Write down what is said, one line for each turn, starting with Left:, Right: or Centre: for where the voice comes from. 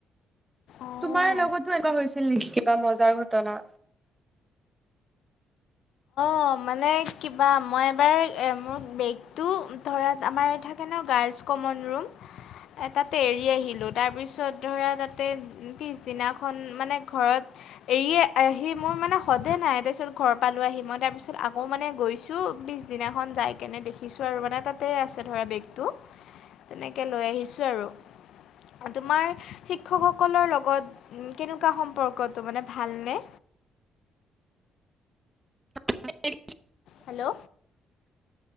Left: অঁ
Right: তোমাৰ লগতো এনেকুৱা হৈছিল নেকি কিবা মজাৰ ঘটনা?
Left: অ মানে কিবা মই এবাৰ মোৰ বেগটো ধৰা আমাৰ সেইকাৰণে, গাৰ্লছ কমন ৰুম, তাতে এৰি আহিলোঁ। তাৰপিছত, ধৰা তাতে পিছদিনাখন মানে, ঘৰত এৰিয়ে আহি, মোৰ মানে, সদে নাই। তাৰপিছত ঘৰৰ পালোঁ আহি। মই, তাৰপিছত আকৌ মানে গৈছোঁ, পিছ দিনাখন যাই কেনে, দেখিছোঁ আৰু মানে, তাতে আছে ধৰা বেগটো। তেনেকৈ লৈ আহিছোঁ আৰু। তোমাৰ শিক্ষকসকলৰ লগত কেনেকুৱা সম্পৰ্কটো, মানে ভালনে?
Right: <unintelligible>
Left: হেল্ল'?